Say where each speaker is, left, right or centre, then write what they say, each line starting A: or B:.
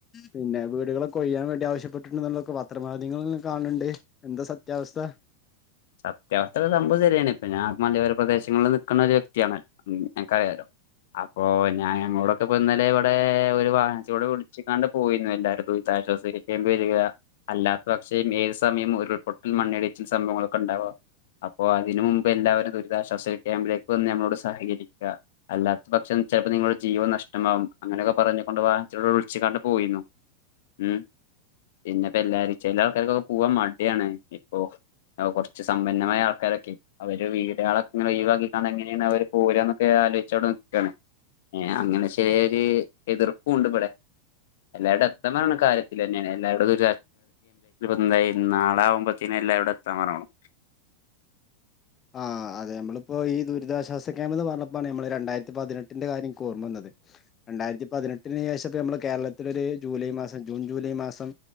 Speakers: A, on the left; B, on the left.
A: പിന്നെ വീട്കളോക്കെ ഒഴ്യാൻ വേണ്ടി ആവശ്യപ്പെട്ടുണ്ടുള്ളൊക്കെ വ പത്രമാധ്യളെല്ലം കാണ്ണ്ണ്ട് എന്താ സത്യാവസ്ഥ
B: സത്യാവസ്ഥ സംഭവം ശെരിണ് പ്പൊ ഞാൻ മലയോര പ്രദേശങ്ങള്ള് നിക്ക്ണ ഒരു വ്യക്തിണ് അക്കറിലോ അപ്പൊ ഞാൻ ഞങ്ങളോടൊക്കെ പോന്നലെ ഇവടെ ഒരു വാഹനത്തിലൂടെ പിടിച്കാണ്ട് പോയിര്ന്നു എല്ലാരുദുരിദാഷാസ കാമ്പിലേക്ക് വരിക വരുക അല്ലാത്ത പക്ഷേ ഏത് സമ്യം ഉരുൾപൊട്ടൽ മണ്ണിടിച്ചിൽ സംഭവങ്ങളൊക്കെ ണ്ടാവ അപ്പൊ അതിന് മുമ്പ് എല്ലാവരും ദുരിതാശ്വാസ ക്യാമ്പിലേക്ക് വന്ന് ഞമ്മളോട് സഹകരിക്ക. അല്ലാത്ത പക്ഷം ചെൽപ്പോ നിങ്ങടെ ജീവൻ നഷ്ടമാവും അങ്ങനെയൊക്കെ പറഞ്ഞ കൊണ്ട് വാഹത്തികാണ്ട് വിളിച്ചിക്കാണ്ട് പോയിര്ന്നു ഉം പിന്നെപ്പോ എല്ലാരും ചെല ആൾക്കാർക്കൊക്കെ പോവാ മടിആണ് ഇപ്പൊ അഹ് കൊറച്ച് സമ്പന്നമായ ആൾക്കാരൊക്കെ അവര് വീടുളൊക്കെ ഇങ്ങനെഒഴിവാക്കിക്കാണ്ട് എങ്ങനെണ് അവര് പോരാന്നൊക്കെ ആലോചിച്ച അവടെ നിക്കാണ് ഏ അങ്ങനെ ചെറിയൊരു എതിർപ്പും ണ്ട് ഇവടെ എല്ലാരടെ എത്തണെ കാര്യത്തിൽലെ ന്നെണ് എല്ലരുടും ഒരു നാള ആമ്പോത്തിനെ എല്ലാരോ ട സമരമാണ്
A: ആഹ് അതെ നമ്മളിപ്പോ ഈ ദുരിതാശ്വാസ ക്യാമ്പ ന്ന് പർഞ്ഞപ്പാണ് നമ്മള് രണ്ടായിരത്തി പതിനെട്ടിന്റെ കാര്യം ക് ഓർമ്മ വന്നത്. രണ്ടായിരത്തി പതിനെട്ടിന് ശേഷം അമ്മള് കേരളത്തിലൊര് ജൂലൈ മാസം ജൂൺ ജൂലൈ മാസം